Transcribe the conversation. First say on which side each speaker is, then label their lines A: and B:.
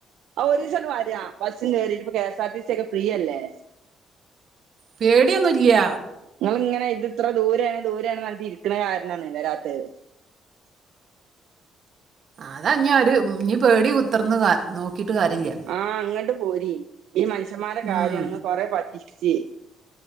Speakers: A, on the right; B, on the right.
A: ആ ഒരിസങ്ങ് വാരാ ബസ്സില് കേറിട്ട് ഇപ്പ K S R T C ഒക്കെ ഫ്രീയല്ലേ
B: പേടിയൊന്നുല്ല്യ
A: ഇങ്ങളിങ്ങനെ ഇത് ഇത്ര ദൂരാണ് ദൂരാണ്ന്നറിഞ്ഞിട്ട് ഇരിക്ക്ണെ കാരണാണ് വരാത്തേ <inaudible>
B: അതഞ്ഞാര് ഇനി പേടി കുത്തിർന്ന് നോക്കിട്ട് കാര്യല്ല
A: ആങ്ങട്ട് പോരി ഈ മനുഷ്യന്മാരെ കാര്യാണ്
B: ഉം
A: ഇങ്ങ് കൊറെ പറ്റിച്ച്